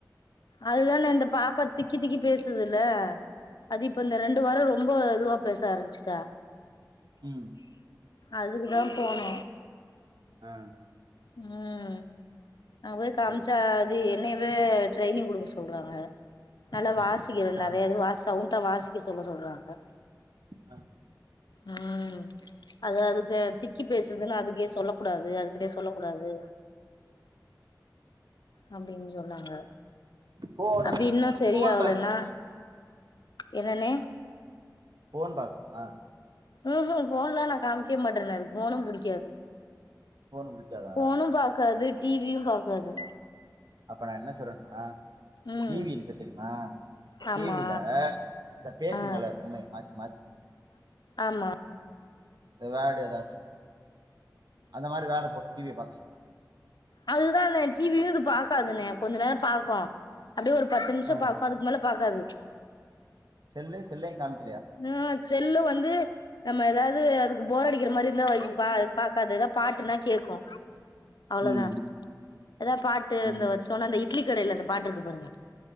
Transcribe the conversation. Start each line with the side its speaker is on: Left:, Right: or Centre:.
Left: அதுதாணே இந்த பாப்பா திக்கி திக்கி பேசுதுல அது இப்ப இந்த ரெண்டு வாரோ ரொம்ப இதுவா பேச ஆரம்பிச்சுட்டா
Right: ம்
Left: அதுகுதான் போனே
Right: ஆ
Left: உம் அங்க போய் காம்ச்சா
Right: சேரி சேரி
Left: அது என்னயவே ட்ரைனிங் குடுக்க சொ சொல்றாங்க நல்லா
Right: ஆ
Left: வாசிக்க விட்னும்
Right: ஏ நானு
Left: நெறைய இது வாஸ் சவுண்டா வாசிக்க சொல்ல சொல்றாங்க
Right: ஆ
Left: ஆ உம் அது அது அ திக்கி பேசுதுன்னு அதுக்கே சொல்லக் கூடாது சொல்ல கூடாது அப்டின் சொன்னாங்க
Right: ஃபோனு
Left: அப்டி இன்னும் சரியாகலன்னா
Right: ஃபோன் பாக்குமா
Left: என்னணே
Right: ஃபோன் பாக்குமா
Left: ம்ஹும் ஃபோன்லா நா காமிக்வே மாட்டனே அதுக்கு ஃபோனு புடிக்காது
Right: ஃபோன் புடிக்காதா
Left: ஃபோனும் பாக்காது டி வியு பாக்காது
Right: அப்ப நா என்ன சொல்றேனா
Left: ம்
Right: டி வி இருக்கு தெரியுமா
Left: ஆமா
Right: டி வில இந்த பேசுங்கள
Left: ஆ
Right: பொம்மய மாத்தி மாத்
Left: ஆமா
Right: வேடு ஏதாச்சு அந்த மாரி வேட போட் டி விய பாக்க சொல்லு
Left: அதுதாணே டி வியு இது பாக்காதுணே கொஞ்ச நேர பாக்கு அப்டியே ஒரு பத்து நிமிஷ
Right: ஆ
Left: பாக்கு அதுக்கு மேல பாக் காது
Right: செல்லு செல்லயு காமி
Left: ஆ செல்லு வந்து நம்ம ஏதாவது போர் அடிக்குற மாரி இருந்தா பா பா பாக்காது பாட்டுனா கேக்கு அவ்ளோதா
Right: ம்
Left: எதாது பாட்டு
Right: ம்
Left: இந்த வச்சோன்னா இந்த இ இட்லிக்கடையில அந்த பாட்டு இருக்கு பாருங்க